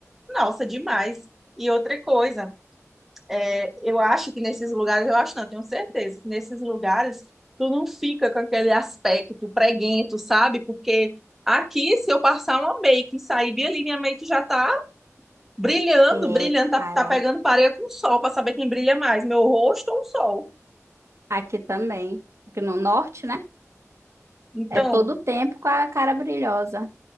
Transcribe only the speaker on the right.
É,
cara,
aqui também. Aqui no norte, né?
É todo o tempo com a cara brilhosa.